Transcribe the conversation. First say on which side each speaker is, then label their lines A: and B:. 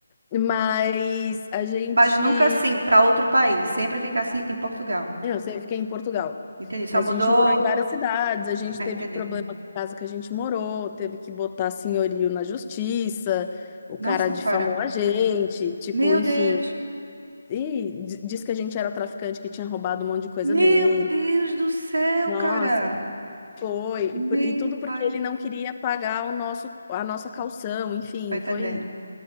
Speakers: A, on the left; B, on the right.
A: Mas a gente
B: Mas nunca assim, para outro país, sempre ficasse em Portugal.
A: Eu sempre fiquei em Portugal.
B: Entendi, só
A: Mas
B: mudou,
A: a gente morou em várias cidades, a gente
B: é,
A: teve
B: entendi.
A: problema com a casa que a gente morou, teve que botar senhorio na justiça, o
B: Nossa,
A: cara difamou
B: cara.
A: a gente, tipo,
B: Meu
A: enfim.
B: Deus.
A: E di- disse que a gente era traficante, que tinha roubado um monte de coisa
B: Meu
A: dele.
B: Deus do céu,
A: Nossa,
B: cara.
A: foi.
B: Meu
A: E, por- e tudo porque
B: pai.
A: ele não queria pagar o nosso, a nossa calção, enfim,
B: Tô entendendo.
A: foi